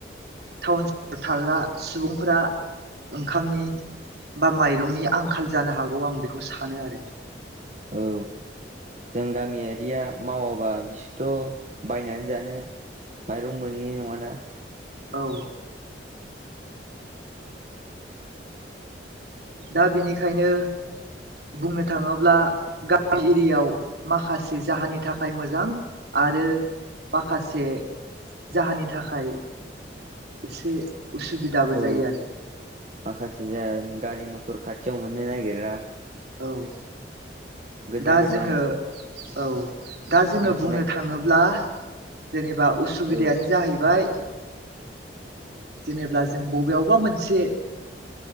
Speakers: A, on the right (about 60°); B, on the right (about 40°).
A: टाउन सहराव थाग्रा सुबुंफोरा ओंखामनि बा माइरंनि आंखाल जानो हागौ आं बेखौ सानो आरो
B: औ जों गामियारिया मावाबा बिसोरथ' बायनानै जानो माइरं मोनोहैय नङाना
A: औ दा बिनिखायनो बुंनो थाङोब्ला गामि एयाव माखासे जाहोनानि थाखाय मोजां आरो माखासे जाहोननि थाखाय एसे उसुबिदाबो
B: औ
A: जायो आरो।
B: माखासे जाया गारि मथर खाथियाव मोननो नागिरा
A: औ
B: गोजान
A: दा
B: गोजान
A: जोङो औ दा जोङो
B: हान्थिना
A: बुंनो थाङोब्ला जेनेबा उसुबिदायानो
B: औ
A: जाहैबाय जेनेब्ला जों बबेयावबा मोनसे